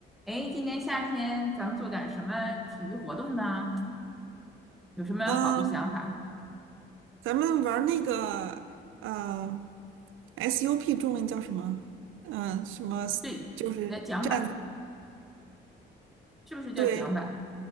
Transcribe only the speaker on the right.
嗯，咱们玩儿那个呃 SUP 中文叫什么？嗯、什么就是站
队